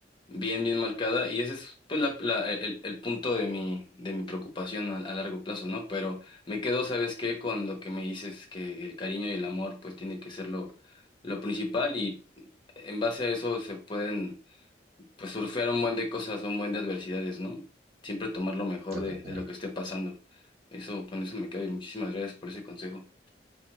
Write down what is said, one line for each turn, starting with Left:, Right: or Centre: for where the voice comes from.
Left: bien, bien marcada. Y ese es, pues, la, la- e, el, el punto de mi, de mi preocupación a, a largo plazo, ¿no? Pero me quedo, ¿sabes qué? Con lo que me dices, que el cariño y el amor, pues, tiene que ser lo, lo principal. Y en base a eso se pueden, pues, surfear un buen de cosas, un buen de adversidades, ¿no? Siempre tomar lo mejor
Right: de
Left: de,
Right: todas
Left: de
Right: maneras.
Left: lo que esté pasando. Eso, con eso me quedo y muchísimas gracias por ese consejo.